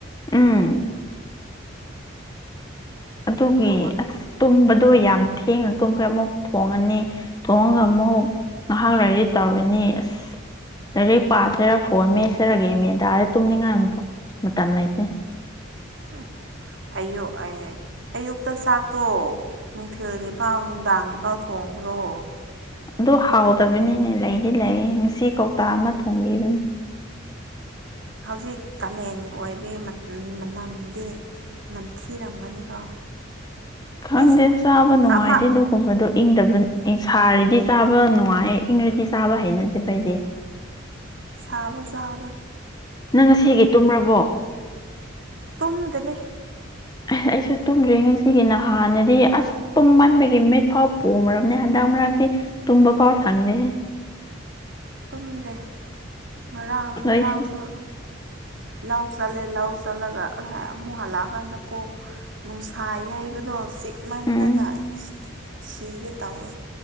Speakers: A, on the left (about 20°); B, on the right (about 65°).
A: ꯎꯝ ꯑꯗꯨꯒꯤ
B: ꯑꯗꯨ
A: ꯑꯁ ꯇꯨꯝꯕ ꯑꯗꯨ ꯌꯥꯝ ꯊꯦꯡꯅ ꯇꯨꯝꯈ꯭ꯔꯦ ꯑꯃꯨꯛ ꯊꯣꯡꯉꯅꯤ ꯊꯣꯡꯉꯒ ꯑꯃꯨꯛ ꯉꯥꯏꯍꯥꯛ ꯂꯩꯔꯗꯤ ꯇꯧꯔꯤꯅꯤ ꯑꯁ ꯂꯥꯏꯏꯔꯦꯛ ꯄꯥꯁꯤꯔ ꯐꯣꯔ ꯃꯦꯁꯔꯒꯦꯃꯦꯗꯥꯔ ꯇꯨꯝꯅꯤꯡꯉꯥꯏ꯭ꯔꯣ ꯃꯝꯅꯥꯏꯇ
B: ꯎꯝ ꯑꯌꯨꯛ ꯑꯦ ꯑꯌꯨꯛꯇ ꯆꯥꯛꯇꯣ ꯅꯨꯡꯊꯤꯜꯒꯤꯐꯥꯎ ꯅꯨꯡꯗꯥꯡꯒꯤꯐꯥꯎ ꯊꯣꯡꯉ ꯀꯣꯡ꯭ꯔꯣ
A: ꯑꯗꯨ ꯍꯥꯎꯗꯕꯅꯤꯅꯦ ꯂꯩꯗꯤ ꯂꯩꯔꯦ ꯉꯁꯤ ꯀꯧꯇꯥ ꯑꯃ ꯊꯣꯡꯕꯤꯕꯅꯦ
B: ꯍꯧꯖꯤꯛ ꯀꯥꯂꯦꯟꯒꯤ ꯑꯣꯏꯕꯒꯤ ꯃꯅꯝꯗꯤ ꯅꯝꯊꯤꯔꯝꯒꯅꯤꯀꯣ
A: ꯈꯪꯗꯦ
B: ꯏꯁ
A: ꯆꯥꯕ ꯅꯨꯡꯉꯥꯏꯇꯦ
B: ꯑꯃ
A: ꯑꯗꯨꯒꯨꯝꯕꯗꯣ ꯏꯪꯗꯕꯅꯤ ꯁꯥꯔꯗꯤ ꯆꯥꯕ ꯅꯨꯡꯉꯥꯏꯦ ꯏꯪꯔꯗꯤ ꯆꯥꯕ ꯍꯩꯅꯗꯦ
B: ꯎꯝ
A: ꯐꯩꯗꯤ
B: ꯁꯥꯕ ꯆꯥꯒ
A: ꯅꯪ ꯉꯁꯤꯒꯤ ꯇꯨꯝꯔꯕꯣ
B: ꯇꯨꯝꯗ꯭ꯔꯦ
A: ꯑꯁ ꯑꯩꯁꯨ ꯇꯨꯝꯗ꯭ꯔꯤ ꯉꯁꯤꯒꯤ ꯅꯍꯥꯟꯅꯗꯤ ꯑꯁ ꯇꯨꯝꯃꯟꯕꯒꯤ ꯃꯤꯠ ꯐꯥꯎ ꯄꯣꯃꯔꯕꯅꯦ ꯍꯟꯗꯛ ꯗꯤ ꯇꯨꯡꯕꯥ ꯄꯥꯎꯔ ꯁꯥꯡꯗ
B: ꯇꯨꯝꯗꯦ ꯉꯔꯥꯡ ꯉꯔꯥꯡꯁꯨ
A: ꯅꯣꯏꯁꯦ
B: ꯂꯧ ꯆꯜꯂꯦ ꯂꯧ ꯆꯠꯂꯒ ꯑꯃꯨꯛ ꯍꯜꯂꯛꯑꯀꯥꯟꯗ ꯀꯣꯛ ꯅꯨꯡꯁꯥ ꯌꯩꯕꯗꯣ ꯆꯤꯛꯃꯟꯗꯅ
A: ꯎꯝ
B: ꯁꯤꯒꯦ ꯇꯧꯋꯦ